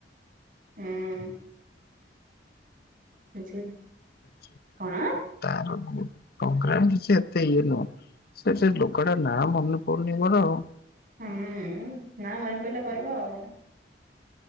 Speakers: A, on the right; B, on the left.
A: ହୁଁ ଅଛି
B: <inaudible>
A: କଣ
B: ତାର ପ୍ରୋଗ୍ରାମ କିଛି ଏତେ ଇଏ ନୁହ। ସେ ସେ ଲୋକଟା ନାଁ ମନେ ପଡ଼ୁନି ମୋର ଆଉ।
A: ହୁଁ ନା ମନେ ପଇଲେ କହିବ ଆଉ।